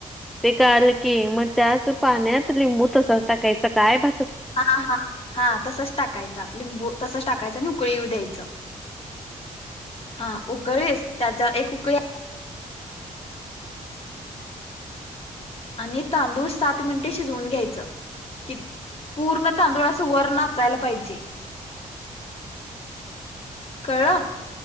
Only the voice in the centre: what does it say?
ते काल की मग त्याच पाण्यात लिंबू तसाच टाकायचा काय भ